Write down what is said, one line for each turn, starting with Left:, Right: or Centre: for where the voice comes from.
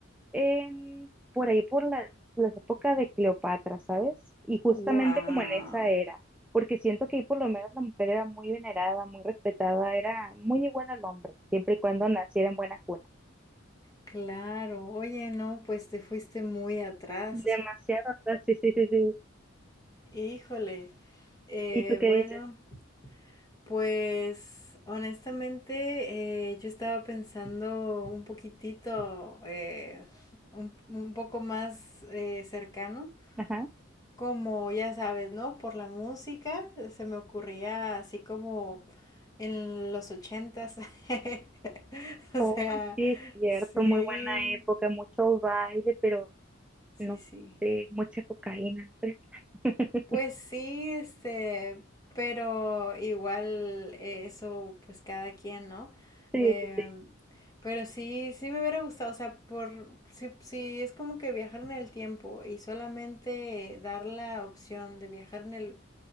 Centre: en, por ahí por la, las épocas de Cleopatra, ¿sabes? Y justamente
Left: Wow.
Centre: como en esa era, porque siento que ahí por lo menos la mujer era muy venerada, muy respetada, era muy igual al hombre, siempre y cuando naciera en buena cuna.
Left: Claro, oye, no, pues te fuiste muy atrás.
Centre: Demasiado, ¿verdad? sí, sí, sí, sí.
Left: Híjole. Eh,
Centre: ¿Y tú qué
Left: bueno,
Centre: dices?
Left: pues honestamente eh, yo estaba pensando un poquitito, eh, un, un poco más eh, cercano.
Centre: Ajá.
Left: Como ya sabes, ¿no? Por la música se me ocurría así como en los ochentas. <laughs> O
Centre: Oh,
Left: sea,
Centre: sí, es cierto,
Left: sí,
Centre: muy buena época, mucho baile, pero
Left: sí,
Centre: no
Left: sí.
Centre: sé, mucha cocaína. ¿no crees? <laughs>
Left: Pues sí, este, pero igual eh, eso, pues cada quien, ¿no?
Centre: Sí,
Left: Em,
Centre: sí, sí.
Left: pero sí, sí me hubiera gustado, o sea, por, sí, sí, es como que viajar en el tiempo y solamente dar la opción de viajar en el,